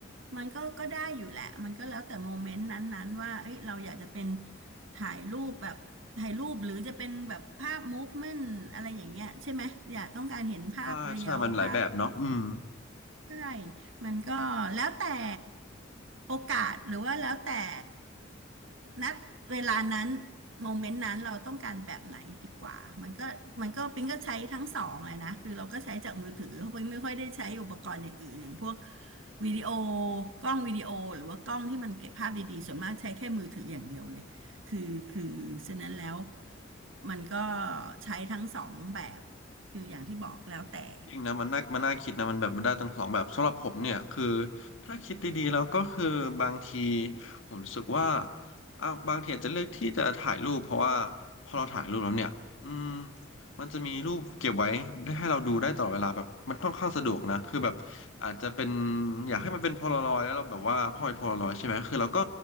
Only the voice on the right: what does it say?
มันก็ก็ได้อยู่แหละมันก็แล้วแต่โมเมนต์นั้นๆว่าเอ้ยเราอยากจะเป็นถ่ายรูปแบบถ่ายรูปหรือจะเป็นแบบภาพมูฟเมนต์อะไรอย่างเงี้ยใช่ไหมอยากต้องการเห็นภาพเรียวภาพ
ใช่ มันก็แล้วแต่โอกาสหรือว่าแล้วแต่นัดเวลานั้นโมเมนต์นั้นเราต้องการแบบไหนดีกว่ามันก็มันก็ปิงก็ใช้ทั้งสองเลยนะคือเราก็ใช้จากมือถือเพราะปิงไม่ค่อยได้ใช้อุปกรณ์อย่างอื่นอย่างพวกวิดีโอกล้องวิดีโอหรือว่ากล้องที่มันเก็บภาพดีๆส่วนมากใช้แค่มือถืออย่างเดียวเลยคือคือฉะนั้นแล้วมันก็ใช้ทั้งสองแบบคืออย่างที่บอกแล้วแต่